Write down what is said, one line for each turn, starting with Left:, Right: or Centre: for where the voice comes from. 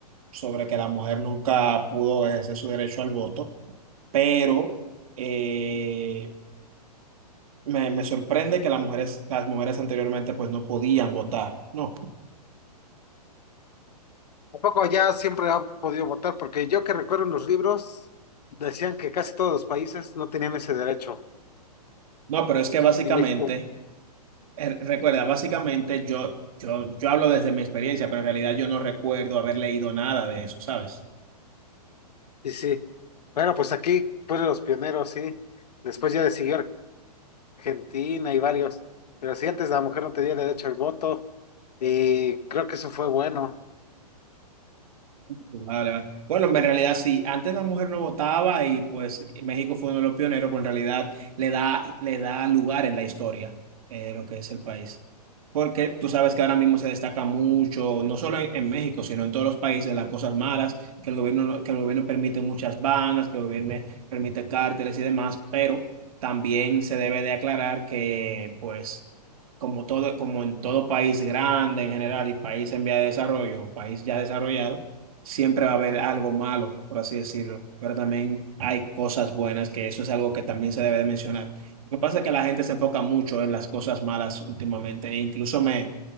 Right: sobre que la mujer nunca pudo ejercer su derecho al voto, pero eh, me, me sorprende que las mujeres, las mujeres anteriormente pues no podían votar. No,
Left: Tampoco ya siempre ha podido votar, porque yo que recuerdo en los libros decían que casi todos los países no tenían ese derecho,
Right: no, pero es que básicamente,
Left: y México,
Right: eh, recuerda, básicamente yo, yo, yo hablo desde mi experiencia, pero en realidad yo no recuerdo haber leído nada de eso, ¿sabes?
Left: y sí. Bueno, pues aquí fueron los pioneros, sí. Después ya le siguió Argentina y varios, pero sí, antes la mujer no tenía derecho al voto, y creo que eso fue bueno.
Right: Vale, vale. Bueno, en realidad sí, antes la mujer no votaba y pues México fue uno de los pioneros, pues en realidad le da, le da lugar en la historia eh, lo que es el país. Porque tú sabes que ahora mismo se destaca mucho, no solo en, en México, sino en todos los países, las cosas malas, que el gobierno, no- que el gobierno permite muchas bandas, que el gobierno permite cárteles y demás, pero también se debe de aclarar que pues como todo, como en todo país grande en general y país en vía de desarrollo, país ya desarrollado, siempre va a haber algo malo, por así decirlo, pero también hay cosas buenas, que eso es algo que también se debe de mencionar. Lo que pasa es que la gente se enfoca mucho en las cosas malas últimamente, e incluso me,